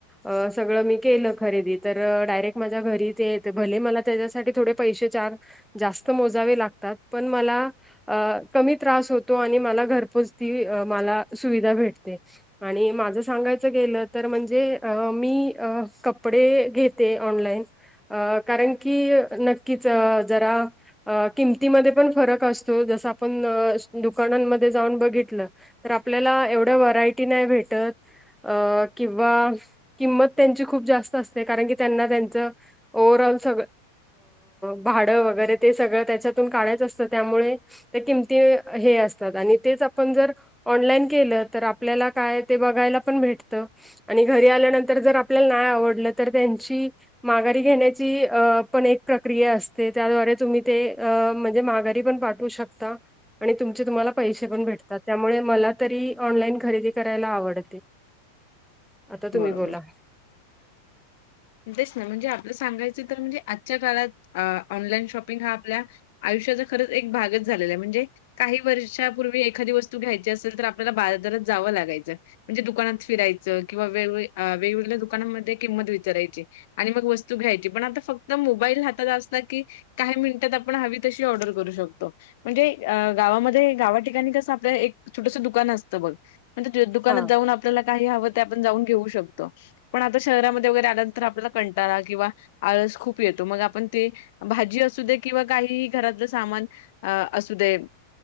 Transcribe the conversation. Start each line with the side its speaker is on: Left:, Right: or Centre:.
Centre: अ सगळं मी केलं खरेदी, तर डायरेक्ट माझ्या घरी ते येत, भले मला त्याच्यासाठी थोडे पैशे चार जास्त मोजावे लागतात. पण मला, अ कमी त्रास होतो. आणि मला घरपोच ती मला सुविधा भेटते. आणि माझं सांगायचं गेलं, तर म्हणजे मी कपडे घेते ऑनलाइन. अ कारण की, नक्कीच जरा अ किमतीमध्ये पण फरक असतो. तो जस आपण दुकानांमध्ये जाऊन बघितलं. तर आपल्याला एवढ्या व्हरायटी नाही भेटत. अ किंवा किंमत त्यांची खूप जास्त असते. कारण की त्यांना त्यांचं ओव्हर ऑल सगळ, भाडं वगैरे ते सगळं त्याच्यातून काढायचं असतं. त्यामुळे तर किमती हे असतात. आणि तेच आपण जर ऑनलाईन केलं. तर आपल्याला काय ते बघायला पण भेटत. आणि घरी आल्यानंतर जर आपल्याला नाही आवडलं. तर, त्यांची माघारी घेण्या ती पण एक प्रक्रिया असते. त्याद्वारे तुम्ही ते अ म्हणजे माघारी पण पाठ करू शकता. आणि तुमचे तुम्हाला पैसे पण भेटतात. त्यामुळे मला तरी ऑनलाईन खरेदी करायला आवड आता तुम्ही
Left: बरोबर.
Centre: बोला?
Left: तेच ना. म्हणजे आपलं सांगायचं तर, म्हणजे आजच्या काळात ऑनलाईन शॉपिंग हा आपल्या, आयुष्याचा खरंच एक भागच झालेला आहे म्हणजे, काही वर्षापूर्वी एखादी वस्तू घ्यायची असेल तर, आपल्याला बाजारात जावं लागायचं. म्हणजे दुकानात फिरायचं. किंवा वेग वेगवेगळ्या दुकानामध्ये किंमत विचारायच. आणि मग वस्तू घ्यायची. पण आता फक्त मोबाईल हातात असला की, काही मिनिटात आपण हवी तशी ऑर्डर करू शकतो. म्हणजे अ गावामध्ये गावा ठिकाणी कसं आपलं एक छोटस दुकान असतं बघ. म्हणजे दुकानात
Centre: हा.
Left: जाऊन आपल्याला काही हवं ते आपण जाऊन घेऊ शकतो. पण आता शहरामध्ये वगैरे आला तर आपल्याला कंटाळा किंवा आळस खूप येतो. मग आपण ते भाजी असूदे. किंवा काहीही घरातलं सामान अ असू देत.